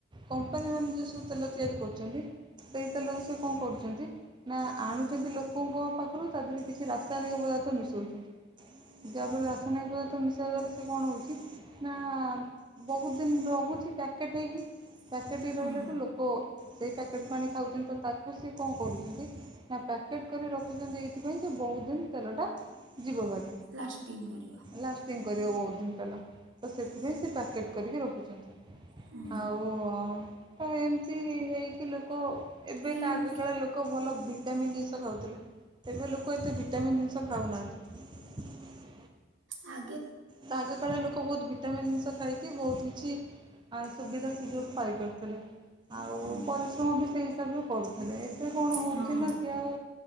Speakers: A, on the right; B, on the right.
A: କମ୍ପାନୀ ମାନ ଯେଉଁ ସବୁ ତେଲ ତିଆରି କରୁଛନ୍ତି। ସେଇତେଲକୁ ସେ କଣ କରୁଛନ୍ତି? ନା ଆଣୁଛନ୍ତି ଲୋକଙ୍କ ପାଖରୁ ତା ଦେହରେ କିଛି ରାସାଇନିକ ପଦାର୍ଥ ମିଶଉଛନ୍ତି। ଯା ପରେ ରାସାୟନିକ ପଦାର୍ଥ ମି ଦଵାର ସେ କଣ ହଉଛି ନା ବହୁତ ଦିନ ରହୁଛି ପ୍ୟାକେଟ୍ ହେଇକି। ପ୍ୟାକେଟ ହେଇ
B: ହଁ
A: ରହିଲାଠୁ ଲୋକ ସେଇ ପ୍ୟାକେଟ୍ କୁ ଆଣି ଖାଉଛନ୍ତି ତ ତାକୁ ସିଏ କଣ କରୁଛନ୍ତି ନା ପ୍ୟାକେଟ୍ କରି ରଖୁଛନ୍ତି ଏଇଥିପାଇଁ ସେ ବହୁତ ଦିନ ତେଲଟା ଯିବ ଭାରି।
B: ଲାଷ୍ଟିଂ କରିଅ।
A: ଲାଷ୍ଟିଂ କରିବ ବହୁତ ଦିନ ତେଲ। ତ ସେଥିପାଇଁ ସେ ପ୍ୟାକେଟ କରିକି ରଖୁଛନ୍ତି।
B: ହୁଁ
A: ଆଉ ଅ। ଆଉ ଏମିତି ହେଇକି ଲୋକ ଏବେକା
B: ଏମିତି
A: ଆଗକାଳ ଲୋକ ଭଲ ଭିଟାମିନ୍ ଖାଉଥିଲେ ଏବେ ଲୋକ କ ଏତେ ଭିଟାମିନ୍ ଜିନିଷ ଖାଉନାହାନ୍ତି। <unintelligible>
B: ଆ
A: ତ ଆଗକାଳେ ଲୋକ ବହୁତ ଭିଟାମିନ ଖାଇକି ବହୁତ କିଛି ସୁବିଧା ସୁଯୋଗ ପାଇପାରୁଥିଲେ। ଆଉ
B: ହୁଁ
A: ପରିଶ୍ରମ ବି ସେହି ହିସାବରେ କରୁଛି ଘରେ। ସେ କଣ ହଉଛି
B: ହଁ
A: ସେ ଆଉ